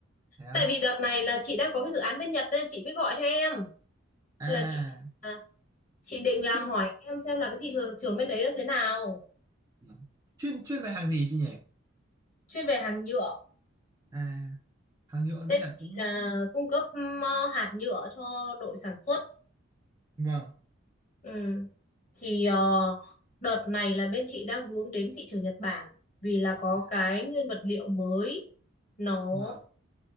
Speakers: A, on the right (about 15°); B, on the left (about 35°).
A: Thế á.
B: Tại vì đợt này là chị đang có cái dự án bên Nhật nên chị mới gọi cho em.
A: À,
B: Là chị định à, chị định là
A: chuyên
B: hỏi em xem là cái thị trường trường bên đấy nó thế nào.
A: dạ. chuyên chuyên về hàng gì chị nhỉ?
B: Chuyên về hàng nhựa
A: À, hàng nhựa
B: nên
A: bên Nhật
B: chị
A: cũng
B: là cung cấp ừm, hạt nhựa cho đội sản xuất.
A: Vâng.
B: Ừ. Thì ờ, đợt này là bên chị đang hướng đến thị trường Nhật Bản vì là có
A: À,
B: cái nguyên vật liệu mới nó
A: vâng.